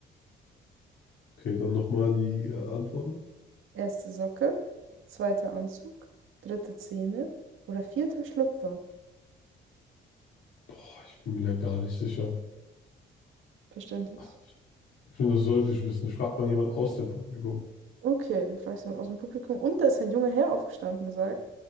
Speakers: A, on the left; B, on the right.
A: Okay, dann nochmal die äh, Antworten.
B: Erste Socke, zweiter Anzug, dritte Zähne oder vierter Schlüpfer?
A: Boah, ich bin mir da gar nicht sicher.
B: Verständlich.
A: Ach, Ich finde, das sollte ich wissen. Ich frage mal jemanden aus dem Publikum.
B: Okay, wir fragen jemand aus dem Publikum. Und da ist ein junger Herr aufgestanden und sagt,